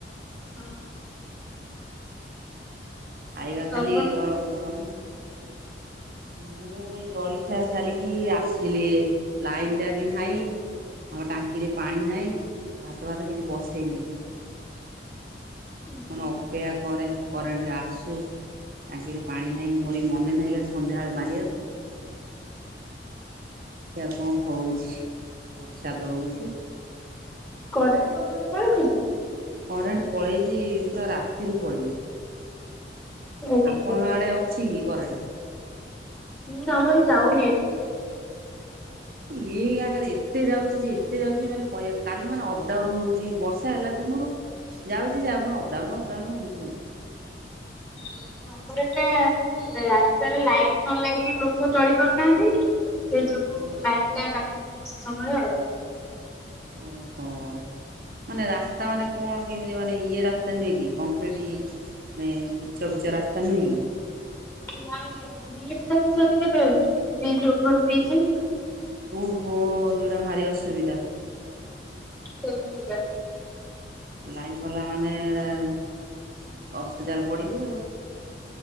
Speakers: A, on the left; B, on the right.
A: ହଁ ହଁ।
B: ଖାଇବା ଖାଲି
A: ଆପଣ କଣ
B: ଗରମ ଗରମ ମୁଁ ଏଇ ଜଳଖିଆ ସାରିକି ଆସିଲି ଲାଇନ ଟା ବି ନାହିଁ। ଆମ ଟାଙ୍କିରେ ପାଣି ନାହିଁ ଭାତ ଭାତ କିଛି ବସେଇନି।
A: କରୁ
B: କଣ ଅପେକ୍ଷା କରେ। କରେଣ୍ଟ ଆସୁ ଟାଙ୍କିରେ ପାଣି ନାହିଁ ମୋର ବି ମନେ ନାହିଁ କାଲି ସନ୍ଧ୍ୟାବେଳେ ମାରିବାକୁ। ଦେଖିବା କଣ ହେଉଛି ବର୍ଷା ତ ହଉଛି।
A: କରେଣ୍ଟ ତମ ଆଡେ ପଳେଇଛି କି?
B: କରେଣ୍ଟ ପଳେଇଛି ପୁରା ରାତିରୁ ପଳେଇଛି।
A: ଓହୋ।
B: ଆପଣଙ୍କ ଆଡ଼େ ଅଛି କି କରେଣ୍ଟ?
A: ହୁଁ ଆମର ବି ଯାଉନି ଏଠି।
B: ଏଇ ଗାଁ ଟାରେ ଏତେ ଯାଉଛି ଯେ ଏତେ ଯାଉଛି ମାନେ କହିବା କାଲି ମାନେ ଅପଡାଉନ ହଉଛି ବର୍ଷା ହେଲା ଦିନରୁ ଯାଉଛି ଯାହା ଫୁଣି ଅପଡାଉନ ଅପଡାଉନ ଏମିତି ହଉଛି।
A: ଓହୋ ଆମର ଏଟା ମାନେ ରାସ୍ତାରେ ଲାଇଟ ନ ଲାଗିଲେ ଲୋକ ଚଳି ପାରୁନାହାନ୍ତି ସେଇ ଯୋଗୁ
B: ଓହ
A: ଲାଇନ ଟା କାଟୁନି ବେସି ସମୟ ଆଉ।
B: ଓହୋ। ମାନେ ରାସ୍ତା ମାନେ କଣ କେମିତି ମାନେ ଇଏ ରାସ୍ତା ନୁହେଁ କି କଂକ୍ରିଟି ମାନେ ପିଚ ଫିଚ ରାସ୍ତା ନୁହେଁ କି?
A: ନାଇଁ ନାଇଁ ବ୍ରିଜ ଦେଖିଛନ୍ତି କେବେ ବ୍ରିଜ ଓଭରବ୍ରିଜ।
B: ଓହୋ ସେଇ ଗୁଡା ଭାରି ଅସୁବିଧା।
A: ସେମତି କା।
B: ଲାଇନ ଗଲା ମାନେ ଏଟା ଅସୁବିଧାରେ ପଡିବେ ଆଉ।